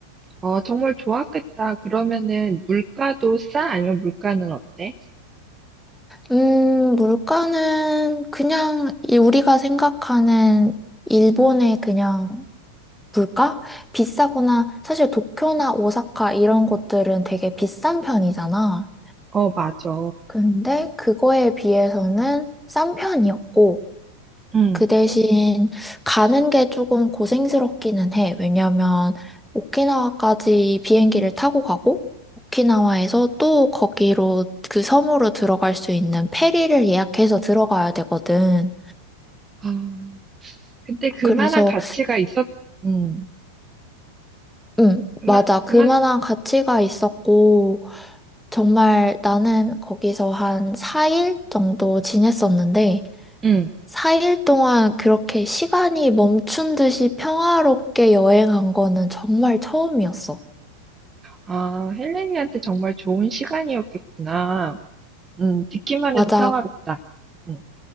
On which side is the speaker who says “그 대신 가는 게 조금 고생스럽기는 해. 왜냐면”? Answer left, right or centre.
Centre